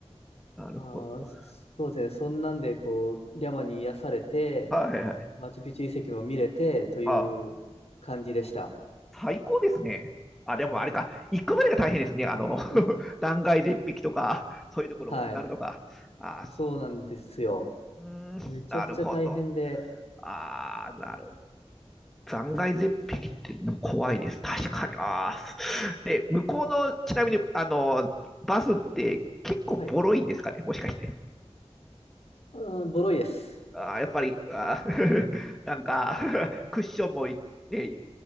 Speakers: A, in the centre; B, on the left.
A: なるほど。
B: あー、そうですね。そんなんで、こう、リャマに癒されて、
A: はいはい。
B: マチュピチュ遺跡も見れてという感じでした。
A: はあ、最高ですね。あ、でもあれか、行くまでが大変ですね。あの、
B: いい
A: <laughs> 断崖絶壁とか、そういうところを渡るのが。
B: はい。
A: あ、
B: そうなんですよ。
A: うーん、
B: めちゃくちゃ大変で、
A: なるほど。ああ、なるほど。断崖絶壁って怖いです。確かに。ああ。で、向こうの、ちなみに、あの、バスって結構ボロいんですかね、
B: はい。
A: もしかして。
B: うん、ボロいです。
A: あーやっぱり、あー <laughs> なんか <laughs> クッションもいね、